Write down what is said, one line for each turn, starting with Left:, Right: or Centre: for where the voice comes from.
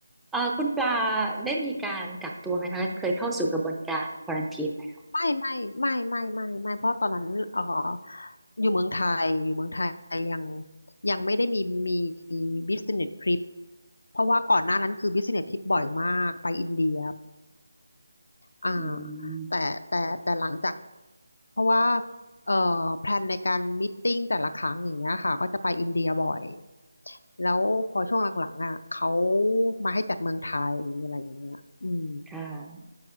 Centre: เอ่อคุณปลาได้มีการกักตัวไหมคะเคยเข้าสู่กระบวนการควอรันทีนไหมคะ
Left: ไม่ไม่ไม่ไม่ไม่ไม่เพราะตอนนั้นเอ่ออยู่เมืองไทยอยู่เมืองไทยยังยังไม่ได้มีมี business trip เพราะว่าก่อนหน้านั้นคือ business trip บ่อยมากไปอินเดียอ่า
Centre: อืม
Left: แต่แต่แต่หลังจากเพราะว่าเอ่อแพลนในการมิทติ้งแต่ละครั้งอย่างเงี้ยค่ะก็จะไปอินเดียบ่อยแล้วพอช่วงหลังๆอ่ะเขามาให้จัดเมืองไทยอะไรอย่างเงี้ยอืม
Centre: ค่ะ